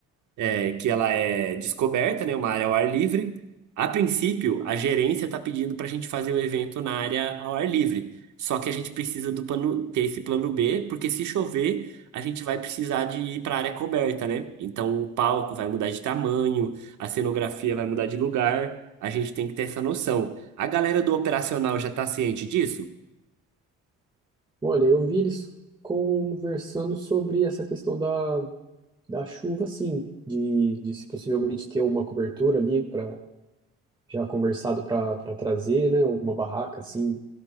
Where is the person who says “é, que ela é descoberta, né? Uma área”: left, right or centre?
Right